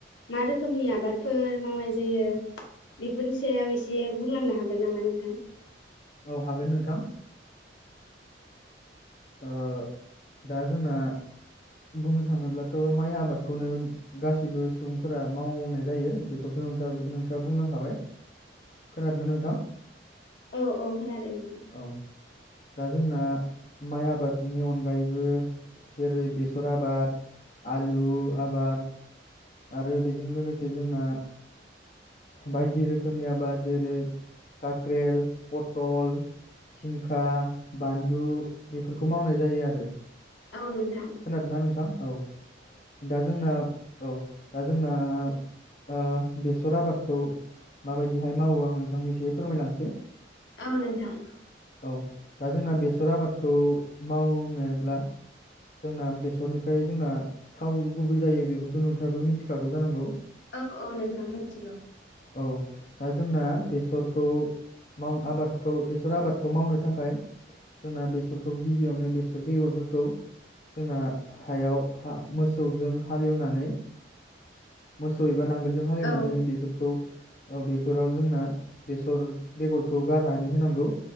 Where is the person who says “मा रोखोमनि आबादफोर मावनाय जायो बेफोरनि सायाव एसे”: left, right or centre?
Left